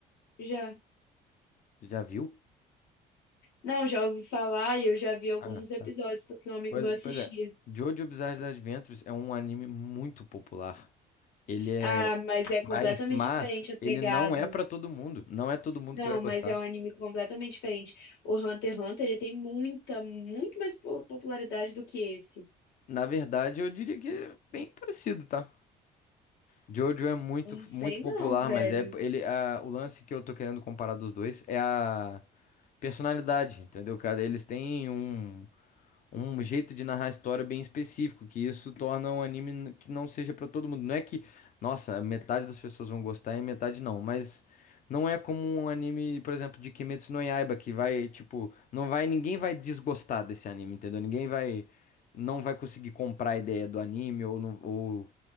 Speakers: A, on the left; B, on the left.
A: Já.
B: Já viu?
A: Não, já ouvi falar e eu já vi alguns
B: Ah,
A: episódios
B: tá.
A: porque um amigo
B: Pois,
A: meu assistia.
B: pois é. JoJo Bizarre Adventures é um anime muito popular. Ele é
A: Ah, mas é completamente
B: Mas, mas
A: diferente a pegada.
B: ele não é pra todo mundo. Não é todo mundo
A: Não,
B: que vai gostar.
A: mas é um anime completamente diferente. O Hunter x Hunter, ele tem muita, muito mais po- popularidade do que esse.
B: Na verdade, eu diria que é bem parecido, tá? Jojo é muito,
A: Não sei
B: muito popular,
A: não, velho.
B: mas é ele a, o lance que eu tô querendo comparar dos dois é a personalidade, entendeu, cara? Eles têm um um jeito de narrar a história bem específico, que isso torna um anime n- que não seja pra todo mundo. Não é que, nossa, metade das pessoas vão gostar e metade não, mas não é como um anime, por exemplo, de Kimetsu no Yaiba, que vai, tipo, não vai, ninguém vai desgostar desse anime, entendeu? Ninguém vai, não vai conseguir comprar a ideia do anime ou não, ou